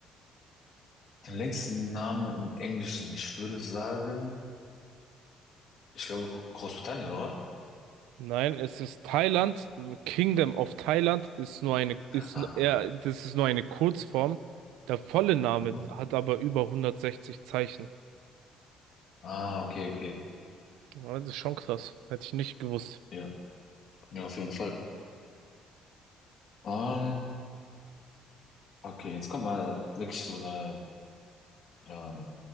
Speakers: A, on the left (about 60°); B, on the right (about 80°).
A: den längsten Namen im Englischen, ich würde sagen, ich glaube Gro- Großbritannien, oder?
B: Nein, es ist Thailand. Kingdom of Thailand ist nur eine, ist
A: Ah,
B: nu- eher, das ist nur eine Kurzform. Der volle Name
A: mhm.
B: hat aber über 160 Zeichen.
A: Ah, okay, okay.
B: Ja, Das ist schon krass. Hätte ich nicht gewusst.
A: Ja, ja, auf jeden Fall. Ähm, okay, jetzt kommt mal wirklich so eine Ähm,